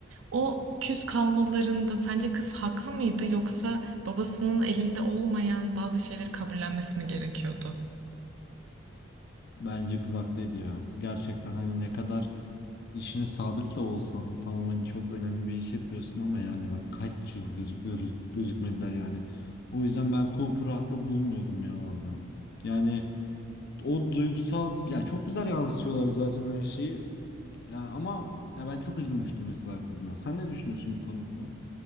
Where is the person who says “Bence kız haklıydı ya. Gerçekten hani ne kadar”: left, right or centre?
Left